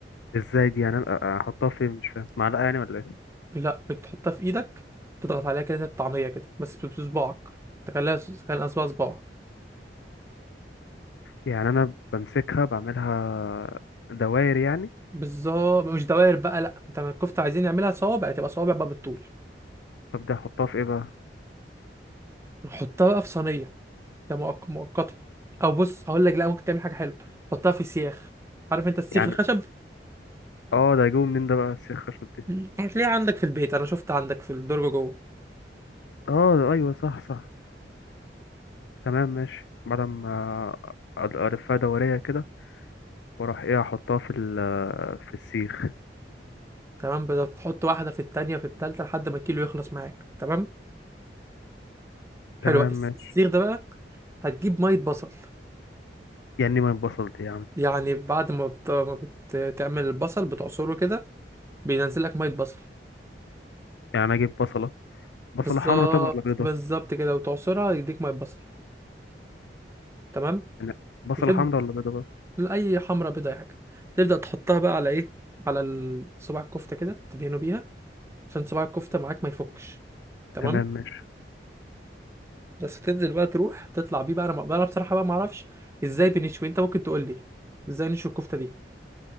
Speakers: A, on the left; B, on the right.
A: ازاي دي يعني أ- أ- احطها فين مش فاهم معلقه يعني ولا ايه
B: لا بتحطها في ايدك وتضغط عليها كده زي الطعميه كده بس ب- بصباعك تخليها تخليها صباع صباعك
A: يعني انا بمسكها بعملها دوائر يعني
B: بالظبط مش دوائر بقى لا انت ما الكفته عايزين نعملها صوابع تبقى صوابع بقى بالطول
A: طب ده احطها في ايه بقى
B: نحطها بقى في صينيه ده مؤق- مؤقتا او بص هقول لك لا ممكن تعمل حاجه حلوه حطها في سياخ عارف انت السيخ
A: يعني
B: الخشب
A: اه ده جوه منين ده بقى السيخ خشب دي
B: مم. هتلاقيه عندك في البيت انا شفت عندك في الدرج جوه
A: اه ايوه صح صح تمام ماشي بعد ما أ- أ- الفها دوريه كده واروح ايه احطها في ال في السيخ
B: تمام بدأ تحط واحدة في التانية في التالتة لحد ما الكيلو يخلص معاك تمام حلو
A: تمام
B: الس-
A: ماشي
B: السيخ ده بقى هتجيب مية بصل
A: يعني ما اتبصلت يا عم
B: يعني بعد ما بت... ما بتعمل البصل بتعصره كده بينزل لك مية بصل
A: يعني انا اجيب بصله بصله
B: بالظبط
A: حمراء طب ولا بيضه
B: بالظبط كده وتعصرها يديك مية بصل تمام
A: أنا- بصله
B: وتبدأ
A: حمراء ولا بيضه بقى
B: أي حمرة بيضة أي حاجة تبدأ تحطها بقى على إيه على ال- صباع الكفتة كده تدهنه بيها عشان صباع الكفتة معاك ما يفكش تمام
A: تمام ماشي
B: بس تنزل بقى تروح تطلع بيه بقى انا بقى انا بصراحه بقى ما اعرفش ازاي بنشوي انت ممكن تقول لي ازاي نشوي الكفته دي